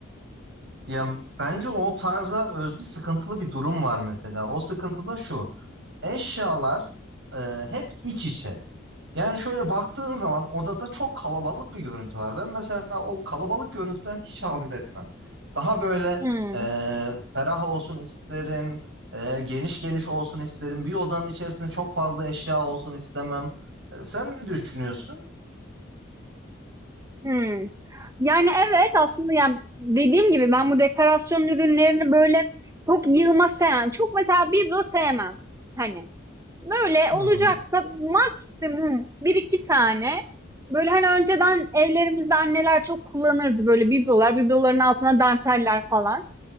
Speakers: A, on the right; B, on the right.
A: ya bence o tarza özgü sıkıntılı bir durum var mesela. O sıkıntı da şu. Eşyalar e, hep iç içe. Yani şöyle baktığın zaman odada çok kalabalık bir görüntü var. Ben mesela o kalabalık görüntüden hiç haz etmem. Daha böyle
B: hmm,
A: e, ferah olsun isterim, e, geniş geniş olsun isterim. Bir odanın içerisinde çok fazla eşya olsun istemem. E, sen ne düşünüyorsun?
B: hmm. Yani evet aslında yani dediğim gibi ben bu dekorasyon ürünlerini böyle çok yığma sevmem. Çok mesela biblo sevmem. Hani Böyle
A: Hı
B: olacaksa
A: hı,
B: maksimum bir iki tane böyle hani önceden evlerimizde anneler çok kullanırdı böyle biblolar, bibloların altına danteller falan.